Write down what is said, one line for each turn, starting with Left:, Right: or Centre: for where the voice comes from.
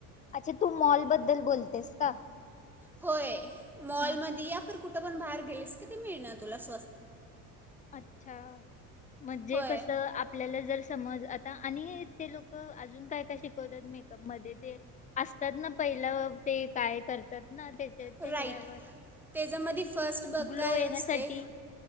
Left: अच्छा तू मॉल बद्दल बोलतेस का...
Centre: होय मॉल
Left: हा
Centre: मध या फर कुठ पण बाहेर गेलीस की ते मिळण तुला स्वस्त..
Left: अच्छा म्हणजे
Centre: होय
Left: कस आपल्याला जर समज आता आणि ते लोक अजून काय काय शिकवतात मेकअप मध्ये ते असतात ना पहिलं ते काय करतात.. ना त्याच्या
Centre: राईट
Left: चेहऱ्यावर
Centre: त्याच्यामध्ये फस्ट बघ
Left: ग्लो
Centre: काय
Left: येण्यासाठी
Centre: असते